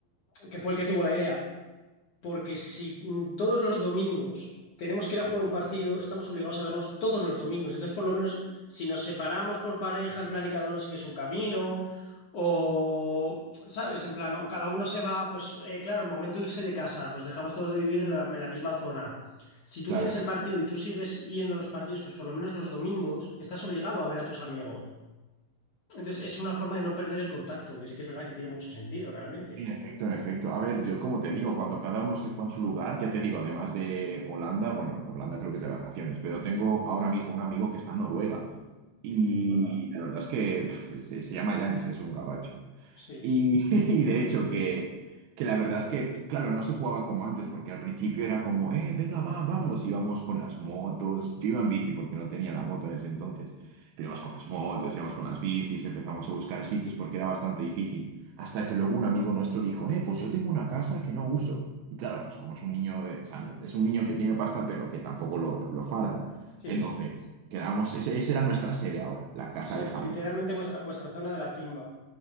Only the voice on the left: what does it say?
que fue el que tuvo la idea porque si mm, todos los domingos tenemos que ir a jugar un partido, estamos obligados a vernos todos los domingos. Entonces, por lo menos, si nos separamos por pareja, en plan, y cada uno sigue su camino, o, ¿sabes? En plan, o cada uno se va, pues, eh, claro, en momento de irse de casa, pues dejamos todos de vivir en la, en la misma zona. Si tú
tienes el partido y tú sigues yendo a los partidos, pues por lo menos los domingos estás obligado a ver a tus amigos. Entonces, es una forma de no perder el contacto, que sí que es verdad que tiene mucho sentido realmente.
En Noruega,
sí,
sí.
Sí,
literalmente vuestra, vuestra zona de la timba.